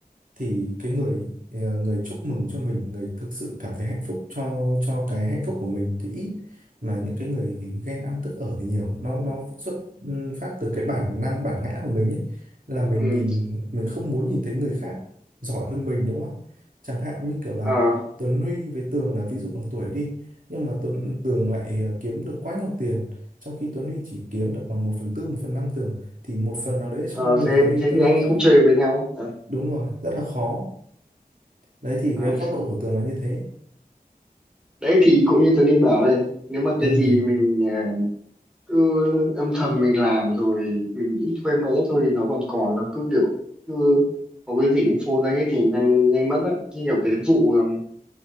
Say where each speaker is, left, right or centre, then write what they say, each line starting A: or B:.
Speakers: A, on the right (about 60°); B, in the centre.
A: thì cái người ờ, người chúc mừng cho mình người thực sự cảm thấy hạnh phúc cho cho cái hạnh phúc của mình thì ít mà những cái người ghen ăn tức ở thì nhiều nó nó xuất ừm, phát từ cái bản năng bản ngã của mình ấy là mình
B: ừ
A: nhìn mình không muốn nhìn thấy người khác giỏi hơn mình đúng không chẳng hạn như kiểu là
B: Ờ,
A: Tuấn Huy với Tường là ví dụ bằng tuổi đi nhưng mà Tuấn Tường lại ờ, kiếm được quá nhiều tiền trong khi Tuấn Huy chỉ kiếm được bằng một phần tư một phần năm Tường thì một phần nào đấy ở trong
B: ờ,
A: người
B: thế,
A: Tuấn Huy
B: thế
A: Tuấn
B: thì
A: Huy
B: anh ấy
A: sẽ
B: không chơi với nhau à,
A: đúng rồi rất là khó đấy thì
B: à.
A: cái góc độ của tường là như thế
B: đấy thì cũng như Tuấn đi bảo đây nếu mà
A: ừ
B: cái gì mình à, cứ âm thầm mình làm rồi mình nghĩ thuê mẽ thôi thì nó còn còn nó cứ kiểu cứ có cái gì info ra hết thì nhanh nhanh mất á như kiểu cái vụ ừm,